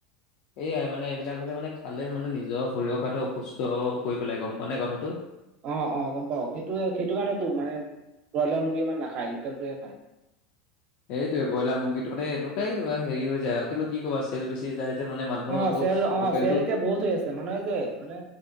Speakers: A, on the left; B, on the right.
A: এইয়াই মানে এইবিলাক হ'লে মানে খালে মানে নিজৰ শৰীৰৰ কাৰণে অসুস্থ কৰি পেলাই গম পোৱা নে কথাটো?
B: অ, অ, গম পাওঁ, কিন্তু সেইটোৱে- সেইটো কাৰণেতো মানে ব্ৰইলাৰ মুৰ্গী ইমান নাখায়, লোকেলটোয়ে খায়।
A: এইটোয়ে ব্ৰইলাৰ মুৰ্গীটো মানে এনেকুৱাই কিব হেৰি হৈ যায়। আৰু কিন্তু কি কবা চেল বেছি হৈ যায়। যে মানে মানুহ
B: অ,
A: আকৌ
B: চেল, অ,
A: লোকেলটো
B: চেল এতিয়া বহুত হৈ আছে। মানুহে যে মানে